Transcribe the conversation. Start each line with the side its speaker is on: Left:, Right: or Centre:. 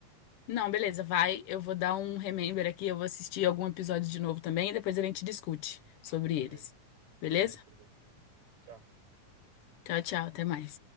Left: Não, beleza, vai. Eu vou dar um remember aqui, eu vou assistir algum episódio de novo também e depois a gente discute sobre
Right: Tudo
Left: eles.
Right: bem,
Left: Beleza?
Right: tudo bem, tudo bem. Tchau.
Left: Tchau, tchau, até mais.